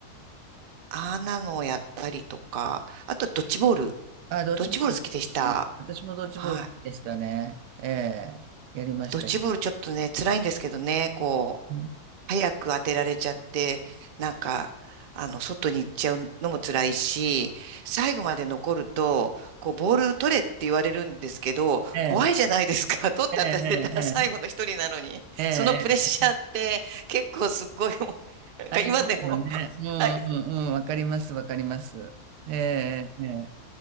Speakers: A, on the right; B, on the right.
A: ああなのをやったりとか、あとドッジボール。
B: あ、ドッジボール。
A: ドッジボール好きでした。
B: ね私もドッジボールでしたね。
A: はい。
B: ええ、やりましたよ。
A: ドッジボールちょっとね、辛いんですけどね、こう。
B: うん
A: 早く当てられちゃって、なんか、あの、外に行っちゃうのも辛いし、最後まで残ると、こう、ボール取れって言われるんですけど、
B: ええ、
A: 怖いじゃないですか。<laughs> 取って当てられたら最後の一人なのに。
B: ええ、ええ、ええ、
A: そのプレッシャーって、
B: ええ
A: 結構すごい、もうなんか今でも。
B: ありますよね。うんうんうん、
A: はい。
B: わかります、わかります。ええ、ええ、